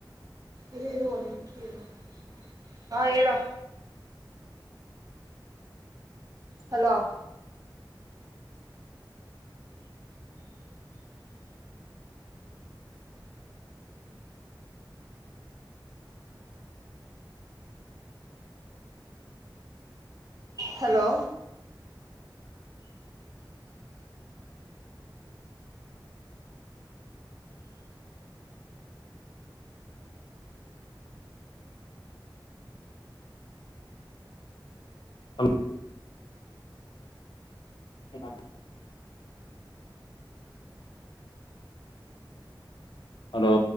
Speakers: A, on the right; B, on the left.
A: ಇರು ಇರು <unintelligible> ಹಾ ಹೇಳೋ ಹಲೋ ಹಲೋ
B: ಹಲ್ <inaudible> ಹಲೋ